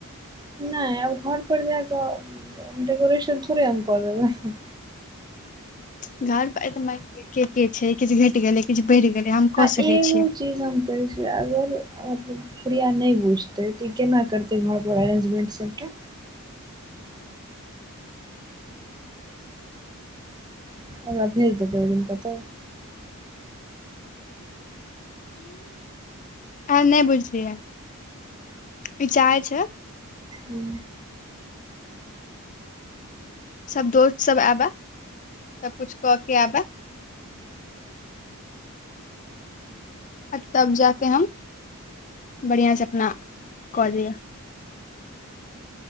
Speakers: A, on the right; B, on the left.
A: नै आब घर पर जाकऽ डेकोरेशन थोड़े हम कऽ देबाय
B: घर पर मैन लियऽ के के छै किछु घटि गेलै किछ बढ़ि गेलै हम कऽ
A: आ
B: सकै
A: एगो
B: छियै
A: चीज हम कहै छै अगर मतलब प्रिया नै बुझतै तऽ ई केना करतै घर दु अरेंजमेन्ट सबटा ओकरा भेज देतै ओहि दिन कतौ
B: अहाँ नै बुझलियै ई चाहै छै
A: हूँ
B: सब दोस्त सब आबए सब कुछ कऽ के आबए आ तब जाके हम बढ़ियां से अपना क लिअ